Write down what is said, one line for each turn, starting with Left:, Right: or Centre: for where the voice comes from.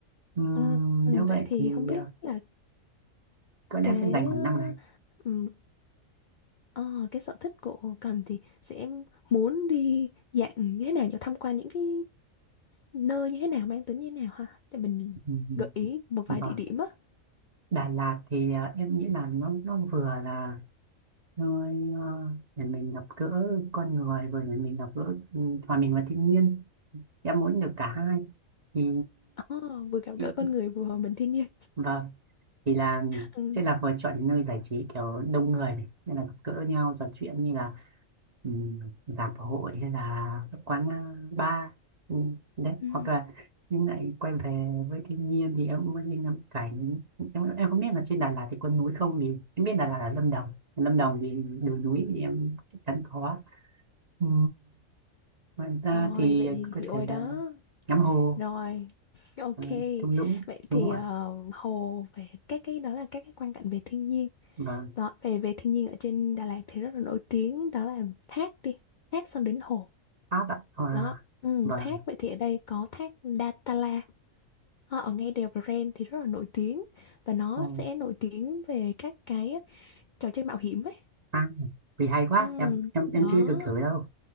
Right: ừ,
Left: ừ, ừ,
Right: nếu vậy
Left: vậy thì
Right: thì
Left: không biết
Right: ờ,
Left: là
Right: tuần
Left: cái
Right: em sẽ dành khoảng
Left: ờ,
Right: 5 ngày
Left: ừm, ờ, cái sở thích của Cần thì sẽ muốn đi dạng như thế nào nhỉ tham quan những cái nơi như thế nào mang tính như thế nào ha để mình
Right: ừ.
Left: gợi ý một
Right: Vâng,
Left: vài địa điểm á
Right: Đà Lạt thì à, em nghĩ là nó nó vừa là nơi à, để mình gặp gỡ con người vừa để mình gặp gỡ ừ, hòa mình và thiên nhiên em muốn được cả hai thì
Left: Ờ, vừa gặp
Right: thì-
Left: gỡ con người vừa hòa mình thiên nhiên
Right: vâng thì là
Left: ừ.
Right: sẽ là vừa chọn nơi giải trí kiểu đông người này nên là gặp gỡ nhau trò chuyện như là ừ, rạp hội hay là các quán uh, bar ừ, đấy
Left: ừ.
Right: hoặc là nhưng lại quay về với thiên nhiên thì em cũng muốn đi ngắm cảnh em em không biết là trên Đà Lạt thì có núi không thì em biết Đà Lạt là Lâm Đồng Lâm Đồng thì đường núi thì em chắc chắn có ừ, ngoài ra
Left: rồi
Right: thì
Left: vậy thì
Right: có
Left: hiểu
Right: thể
Left: rồi
Right: là
Left: đó
Right: ngắm hồ
Left: rồi <laughs> ok
Right: ờ, thung lũng
Left: vậy
Right: đúng
Left: thì
Right: không ạ
Left: ờ, hồ về các cái đó là các cái quan cảnh về thiên nhiên
Right: vâng
Left: đó về về thiên nhiên ở trên Đà Lạt thì rất là nổi tiếng đó là thác đi thác xong đến hồ
Right: Pháp ạ và
Left: Đó, ừ,
Right: vâng
Left: thác vậy thì ở đây có thác Datanla Ờ, ở ngay đèo Grand thì rất là nổi tiếng và nó
Right: ừ,
Left: sẽ nổi tiếng về các cái trò chơi mạo hiểm ấy.
Right: à, vì hay quá
Left: Ừ,
Right: em em em
Left: đó,
Right: chưa từng thử đâu